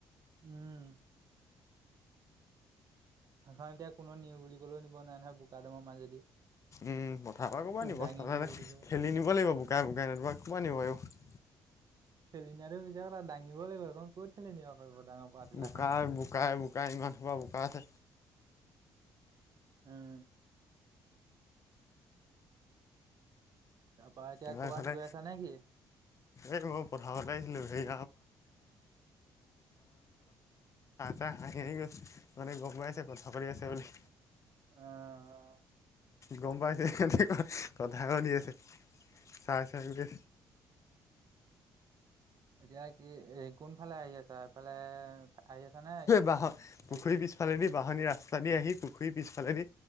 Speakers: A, on the right; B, on the left.
A: উম। সেইখন এতিয়া কোনো নিওঁ বুলি কলেও নিব নোৱাৰে নহয় বোকা দামৰ মাজেদি।
B: উম পথাৰ পৰা ক'বা নিব,
A: দাঙি নিও বুলি ক'লেও
B: ঠেলি নিব লাগিব। বোকাই বুকাই নতুবা <unintelligible>
A: ঠেলি নিয়াটো মিছা কথা দাঙিব লাগিব এইখন ক'ত ঠেলিব ডাঙৰ পাতিলাখন
B: বোকাই বোকাই বোকাই ইমান সোপা বোকা আছে
A: হম। তাৰপৰা এতিয়া
B: মই
A: ক'ৰবাত
B: এইফালে
A: গৈ আছা নে কি?
B: এই মই পথাৰলৈ আহিছিলো <unintelligible> চাই চাই হাঁহি হাঁহি গৈছে মানে গম পাই আছে কথা পাতি আছে বুলি।
A: অ'।
B: গম পাইছে স কথা শুনি আছে চাই চাই উছে
A: এতিয়া কি এই কোনফালে আহি আছ এইফালে আহি আছা নে
B: বাঁহ ৰ পুখুৰী
A: এল পি
B: পিছ পিছফালেদি বাহনি ৰাস্তা দি আহি পুখুৰীৰ পিছফালেদি